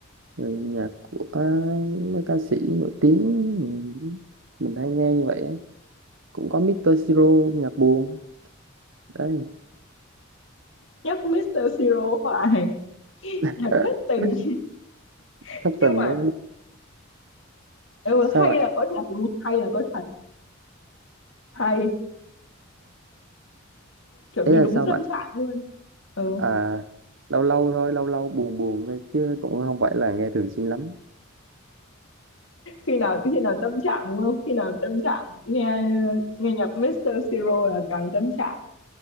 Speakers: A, on the right; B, on the left.
A: rồi nhạc của mấy ca sĩ nổi tiếng mình, mình hay nghe như vậy á. cũng có Mr. Siro nhạc buồn đấy
B: nhạc Mr. Siro hoài
A: <laughs>
B: nhạc thất tình <laughs>
A: thất
B: nhưng
A: tình
B: mà
A: đó
B: ừ,
A: sao
B: hay
A: bạn
B: là có thật đúng không hay là có thật hay kiểu
A: ý
B: như
A: là
B: đúng
A: sao
B: tâm
A: bạn
B: trạng luôn ừ
A: à lâu lâu thôi lâu lâu buồn buồn thôi chứ cũng không phải là nghe thường xuyên lắm
B: khi nào khi nào tâm trạng đúng không khi nào tâm trạng nghe nghe nhạc Mr. Siro là càng tâm trạng